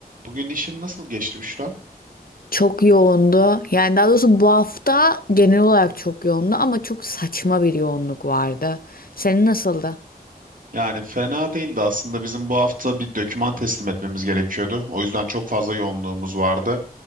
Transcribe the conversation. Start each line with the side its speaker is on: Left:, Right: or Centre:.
Right: Bugün işin nasıl geçti Büşra?
Left: Çok yoğundu. Yani daha doğrusu bu hafta genel olarak çok yoğundu ama çok saçma bir yoğunluk vardı. Senin nasıldı?
Right: Yani fena değildi aslında. Bizim bu hafta bir doküman teslim etmemiz gerekiyordu. O yüzden çok fazla yoğunluğumuz vardı.